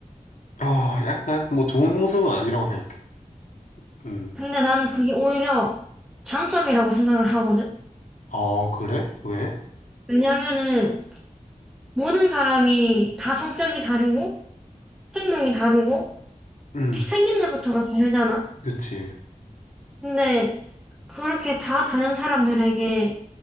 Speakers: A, on the left; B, in the centre.
A: 어, 약간 뭐 좋은 모습은 아니라고 생각해. 음.
B: 근데 나는 그게 오히려 장점이라고 생각을 하거든.
A: 아, 그래? 왜?
B: 왜냐하면은 모든 사람이 다 성격이 다르고 행동이 다르고
A: 음,
B: 생김새부터가 다르잖아.
A: 그치.
B: 근데 그렇게 다 다른 사람들에게